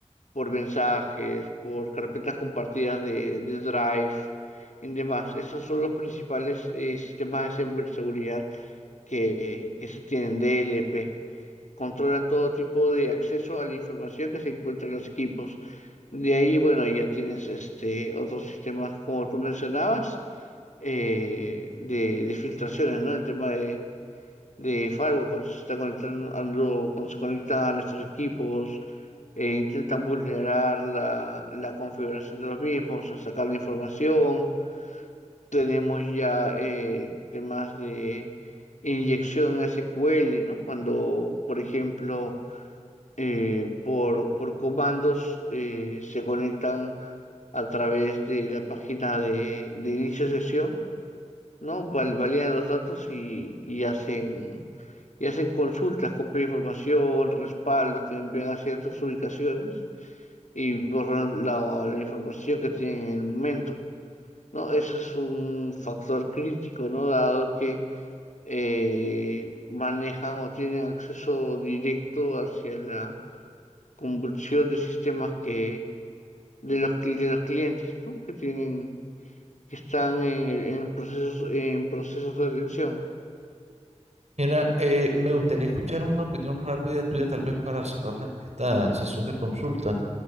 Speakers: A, on the left (about 85°); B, on the right (about 65°).
A: por mensajes, por carpetas compartidas de, de Drive y demás. Esos son los principales eh, sistemas de segu- seguridad que, que se tienen, DLP. Controlan todo tipo de acceso a la información que se encuentra en los equipos. De ahí, bueno, ya tienes este otros sistemas, como tú mencionabas, eh, de, de filtraciones, ¿no? El tema de, de firewall, cuando se está conectando, cuando se conectan a nuestros equipos, eh, intentan vulnerar la, la configuración de los mismos, a sacar la información tenemos ya eh, temas de inyección SQL, ¿no? Cuando, por ejemplo, eh, por, por comandos eh, se conectan a través de la página de, de inicio de sesión, ¿no? Val- validan los datos y, y hacen, y hacen consultas, copian información, respaldos que envían a ciertas ubicaciones y borran la, la información que tienen en el momento. No, eso es un factor crítico, ¿no? Dado que eh, manejan o tienen acceso directo hacia la convulsión de sistemas que de los cli- de los clientes, ¿no? Que tienen que están en, el- en procesos en procesos de atención.
B: mira, eh, me gustaría escuchar una opinión rápida tuya tal vez para cerrar esta sesión de consulta.